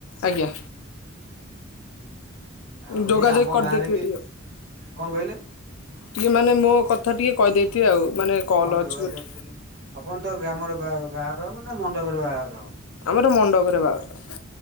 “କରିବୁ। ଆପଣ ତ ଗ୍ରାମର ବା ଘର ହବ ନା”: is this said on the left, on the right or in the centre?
Right